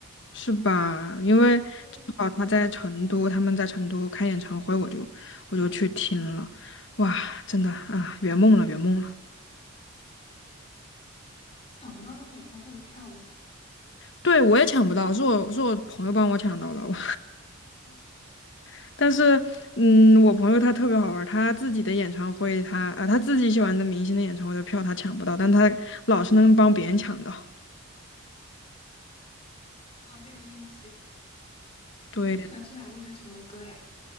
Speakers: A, on the left (about 55°); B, on the left (about 25°).
A: 是吧？因为正好他在成都，
B: 就我
A: 他们在成都开演唱会，我就我就去听了，哇，真的啊，圆梦了，圆梦了。
B: 想不到他们演唱会的票也，
A: 对，我也抢不到，是我是我朋友帮我抢到了，我
B: 嗯
A: <laughs> 但是嗯，我朋友他特别好玩儿他自己的演唱会他啊他自己喜欢的明星的演唱会的票他抢不到，但他老是能帮别人抢到。
B: 哇，这个运气！
A: 对。
B: 你最喜欢苏打绿的什么歌呀？